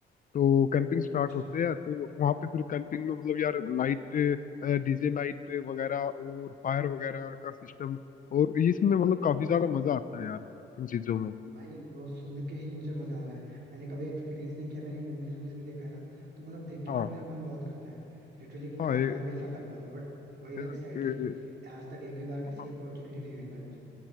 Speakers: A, on the left (about 45°); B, on the right (about 55°).
A: तो कैंपिंग स्टार्ट
B: अच्छा
A: होते हैं तो वहां पे फिर कैंपिंग में मतलब यार नाइट डीजे नाइट वगैरह और फायर वगैरह का सिस्टम और इसमें मतलब काफी ज्यादा मजा आता है यार इन चीजों में
B: भाई वो सुन के ही मुझे मजा आ रहा है मैंने कभी एक्सपीरियंस नहीं किया मैंने मूवीज वूवीज में देखा है ना तो मतलब देख के
A: हाँ
B: बाद मेरा मन बहुत करता है लिटरली कि
A: हाँ
B: काश
A: ये-
B: मैं भी ऐसा कर पाता बट वही
A: ये-
B: ना कि सैडली
A: ये-
B: आज तक एक भी बार कैसी
A: हाँ।
B: अपॉर्चुनिटी नहीं मिल पाई मुझे